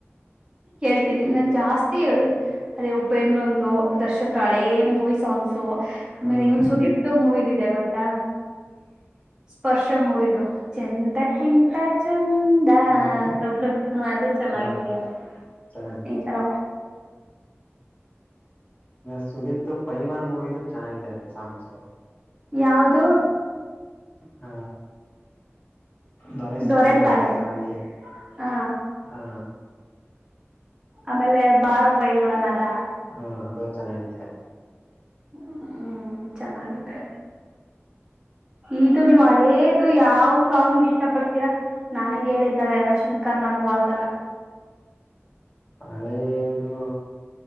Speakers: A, on the right (about 15°); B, on the left (about 35°).
A: ಕೇಳ್ತೀನಿ ನಂ ಜಾಸ್ತಿ ಅದೇ ಉಪೇಂದ್ರಂದರು ದರ್ಶನ್ ತಾಳೆ ಮೂವಿ ಸಾಂಗ್ಸ್ ಸೊ ಆಮೇಲೆ
B: ಹಾ
A: ಇನ್ ಸುದೀಪ್ ಮೂವ ಇದಿದೆ ಗೊತ್ತಾ
B: ಹ್ಞ
A: ಸ್ಪರ್ಶ ಮೂವಿದು ಚಂದಕ್ಕಿಂತ ಚಂದ
B: ಹಾ
A: ಅಂತ ಬರುಂತ ಅದು ಚೆನ್ನಾಗಿದೆ
B: ಹಾ ಚೆನ್ನಾಗಿ
A: ಈ ತರ
B: ಸುದೀಪ್ತು ಪೈಲ್ವಾನ್ ಮೂವಿಿದು ಚೆನ್ನಾಗಿದ್ದಾವ ಸಾಂಗ್ಸ
A: ಯಾವದು
B: ಹಾ ದೊರೆಸಾನ್ನಿ
A: ದೊರೆಸಾನೆ
B: ದೊರೆಸಾನ್ನಿ
A: ಹ
B: ಹಾ
A: ಆಮೇಲೆ ಬಾರೋ ಪೈಲ್ವಾನ್ ಅದ.
B: ಹ ಅದು ಚೆನ್ನಾಗಿದೆ
A: ಹ್ಮ್ ಚೆನ್ನಾಗಿದೆ ಇದು ನೀವು ಹಳೇ ಇದು ಯಾವ್ ಸಾಂಗ್ ಇಷ್ಟ ಪಡ್ತೀರಾ ನಾನೇ ಹೇಳಿದ್ದಳ ಶಂಕರ್ ನಾಗು ಆತರ.
B: ಹಳೆದು